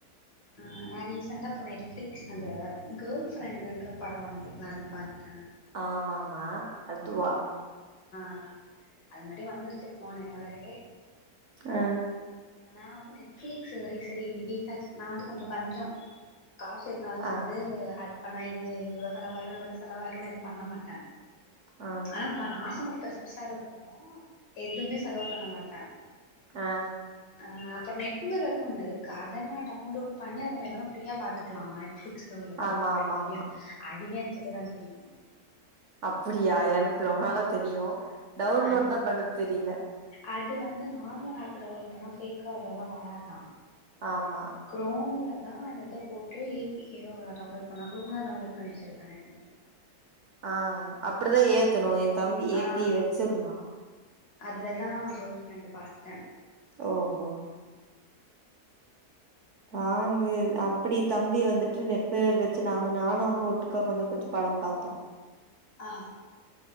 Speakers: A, on the left; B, on the right.
A: ஆ நா ரீசண்டா நெட்ஃப்ளிக்ஸ் அந்த கேர்ள் ஃப்ரெண்டுன்ற படோ வந்துருக்கலா அது பாத்த
B: ஆமமா அதுவா
A: அ அது மட்டும் வந்துருச்சு போனே இயரே
B: ஆ
A: நா வந்து நெட்ஃபிலிக்ஸ் சரி சரி ரீசார்ஜ் நா வந்து கொஞ்சோ கஞ்சோ காசு இருந்தாலு வந்து
B: ஆ
A: அது ப்ப நா இது இவ்ள செலவாயிரு இவ்வள செலவாயிரு எதுவு பண்ண மாட்டே
B: ஆ
A: ஆனா பா ஆச மட் பெருச்பெருசா இருக்கு எதுமே செலவு பண்ண மாட்டே
B: ஆ
A: அ அப்றோ நெட் மிரர்னு ஒண்ணு இருக்கு அதனா டவுன்லோட் பண்ணி அதுலநம்ம எல்லாமே ஃப்ரியா பாத்துக்கலாமா ஸ்ல உள்ளது
B: ஆமா
A: ப்ரைம்
B: ஆமா
A: மிடியா
B: ஆமா
A: அதுவே எனக் இவதாதெரியு
B: அப்டியா எனக்கு ரொம்ப நாளா தெரியு டவுன்லோட்
A: அது
B: தா பண்ண தெரியல
A: அது வந்து நார்மலா ஆப்ப டவுன்லோட் பண்ண ஃபேக்கா உள்ளதெல்லா வராதா
B: ஆமா
A: கிரோம்ல தா ந அத போட்டு ஏ பிகெ வ ஒரு டவுன்லோட் பண்ணா க்ரோம்ல டவுன்லோட் பண்ண வச்சிருக்கே நெட் மெரர
B: ஆ அப்படிதா ஏத்தணு ஏத் தம்பி ஏத்தி
A: ஆ
B: வச்சிருந்தா
A: அதுல தா கேர்ள் ஃப்ரெண்ட் பாத்தே
B: ஓஹோ தாங்கு அப்படி தம்பி வந்துட்டு ரெக்கோயர் வச்சு நாங்க நானு அவனு ஒட்டுக்கா கொஞ்ச கொஞ்சொ படோ பாத்தோ
A: ஆ